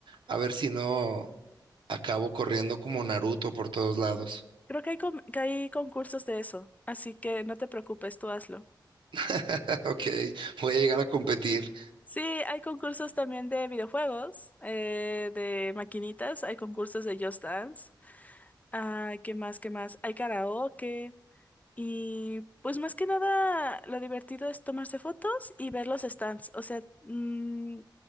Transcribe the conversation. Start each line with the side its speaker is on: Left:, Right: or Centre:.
Right: A ver si no acabo corriendo como Naruto por todos lados.
Left: Creo que hay, con- que hay concursos de eso, así que no te preocupes, tú hazlo.
Right: <laughs> Ok, voy a llegar a competir.
Left: Sí, hay concursos también de videojuegos, eh, de maquinitas, hay concursos de Just Dance. Ah, ¿qué más? ¿Qué más? Hay karaoke. Y pues más que nada lo divertido es tomarse fotos y ver los stands. O sea, mm,